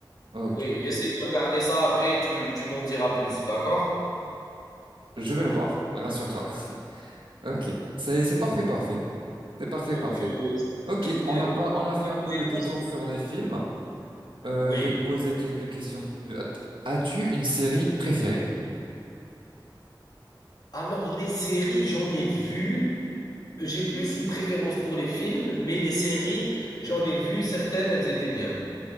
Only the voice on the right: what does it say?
ok.
Je vais le voir. Rassure-toi. <laughs> Ok. C'est c'est parfait, parfait. C'est parfait,
parfait.
Ok,
on
a pas, on a fait
un peu le
détour sur les films. Euh,
je vais te poser quelques questions. Euh, As-tu une série préférée?